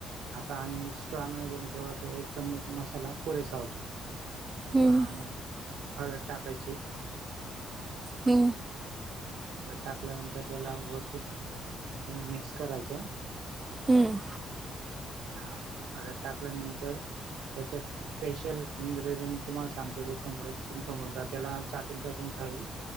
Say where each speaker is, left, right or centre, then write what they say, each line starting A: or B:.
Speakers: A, on the right; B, on the right.
A: आता आम्ही स्ट्रॉंग नाही करू तेवढा तर एक चमच मसाला पुरेसा होतो.
B: हम्म
A: हा
B: हम्म
A: आणि हळद टाकायची!
B: हम्म!
A: टाकल्यानंतर त्याला व्यवस्थित - ते मिक्स करायचं
B: हम्म,
A: - हां ऑर्डर टाकल्यानंतर त्याच्यात स्पेशल इन्ग्रेडियंट - तुम्हाला सांगतो ज्याच्यामुळे तुमचा मुलगा त्याला चाटून चाटून खाईल!